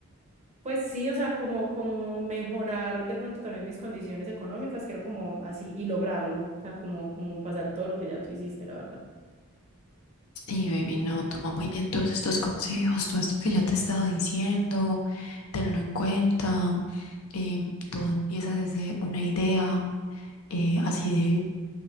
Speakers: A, on the right; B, on the left.
A: pues sí, o sea, como, como mejorar de pronto también mis condiciones económicas. Quiero como así y lograrlo, o sea, como, como pasar todo lo que ya tú hiciste, la verdad.
B: Sí, baby, no, toma muy bien todos estos consejos, todo esto que yo te he estado diciendo, tenlo en cuenta. em, todo empieza desde una idea, eh, así de